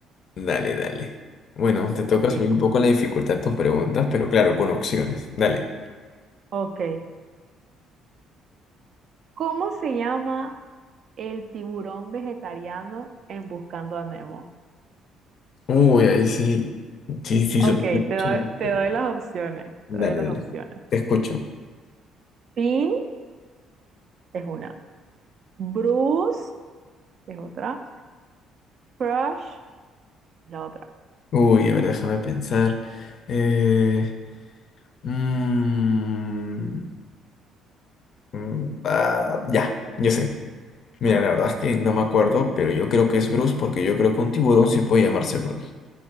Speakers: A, on the left (about 55°); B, on the right (about 55°).
A: Dale, dale. Bueno, te toca
B: Ok,
A: subir un poco la dificultad de tus preguntas, pero claro, con opciones. Dale.
B: ok. ¿Cómo se llama el tiburón vegetariano en Buscando a Nemo?
A: Uy, ahí sí. Sí, sí,
B: Ok,
A: subiste mucho
B: te doy,
A: la dificultad.
B: te doy las opciones,
A: Dale,
B: te doy las
A: dale.
B: opciones.
A: Te escucho.
B: Finn es una, Bruce es otra, Crush es la otra.
A: Uy, a ver, déjame pensar. Eh, mm, mm, ah, ya, yo sé. Mira,
B: Ajá.
A: la verdad es que no me acuerdo, pero yo creo que es Bruce porque yo creo que un tiburón sí puede llamarse Bruce.